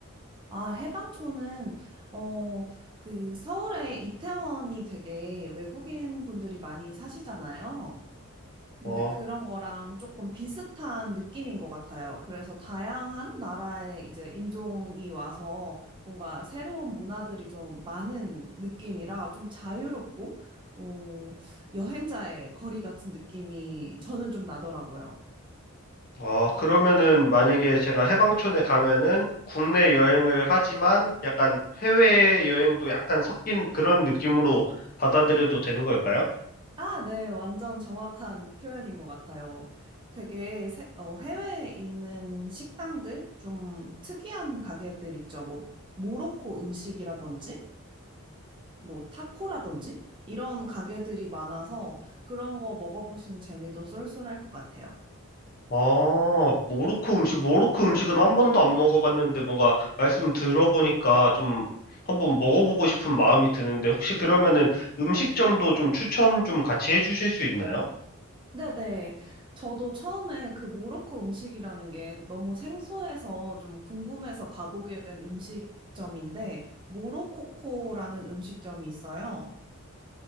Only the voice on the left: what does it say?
어,
아, 그러면은 만약에 제가 해방촌에 가면은 국내 여행을 하지만 약간 해외 여행도 약간 섞인 그런 느낌으로 받아들여도 되는 걸까요?
아, 모로코 음식, 모로코 음식은 한 번도 안 먹어봤는데 뭔가 말씀 들어보니까 좀 한번 먹어보고 싶은 마음이 드는데 혹시 그러면은 음식점도 좀 추천 좀 같이 해주실 수 있나요?